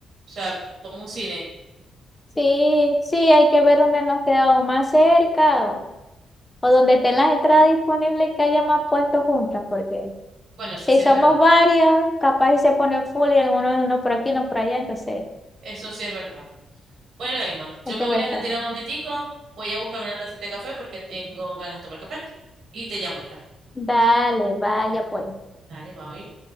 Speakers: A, on the right; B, on the left.
A: sea, como un cine.
B: Sí, sí, hay que ver dónde nos quedamos más cerca o, o donde estén las entradas disponibles que haya más puestos juntas, porque
A: Bueno, eso
B: Si
A: sí es
B: somos
A: verdad.
B: varios, capaz y se pone full y algunos no por aquí, no por allá, entonces
A: Eso sí es verdad. Bueno, Emma, yo
B: hay que
A: me voy
B: ver
A: a retirar
B: también.
A: un momentico. Voy a buscar una tacita de café porque tengo ganas de tomar café. Y te llamo ahorita.
B: Dale, vaya
A: Da-
B: pues.
A: Dale, bye.